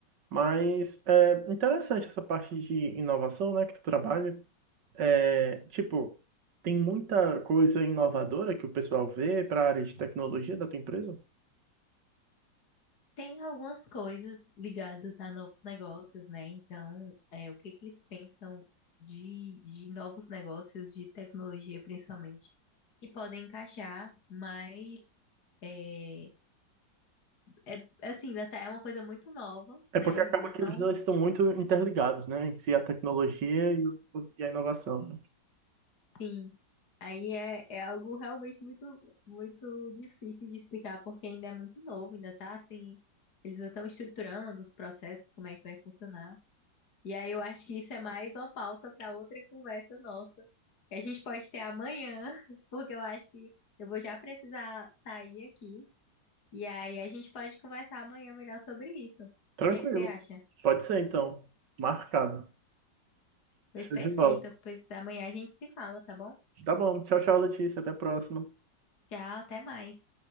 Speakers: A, on the right (about 70°); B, on the left (about 60°).
A: Mas é interessante essa parte de inovação, né, que tu trabalha. É, tipo, tem muita coisa inovadora que o pessoal vê para a área de tecnologia da tua empresa?
B: Tem algumas coisas ligadas a novos negócios, né? Então, é, o que que eles pensam de, de novos negócios, de tecnologia principalmente, que podem encaixar, mas é, é assim, ainda tá- é uma coisa muito nova,
A: É
B: né?
A: porque
B: Eles
A: acaba
B: ainda
A: que
B: estão
A: os dois estão muito interligados, né? Em si, a tecnologia e, o- e a inovação. né?
B: Sim, aí é, é algo realmente muito, muito difícil de explicar, porque ainda é muito novo, ainda tá assim, eles ainda estão estruturando os processos, como é que vai funcionar. E aí eu acho que isso é mais uma pauta para outra conversa nossa, que a gente pode ter amanhã, <laughs> porque eu acho que eu vou já precisar sair aqui, e aí a gente pode conversar amanhã melhor sobre isso. O
A: Tranquilo.
B: que é que você acha?
A: Pode ser, então. Marcado.
B: Pois
A: Show
B: perfeito,
A: de bola.
B: pois amanhã a gente se fala, tá bom?
A: Tá bom. Tchau, tchau, Letícia. Até a próxima.
B: Tchau, até mais.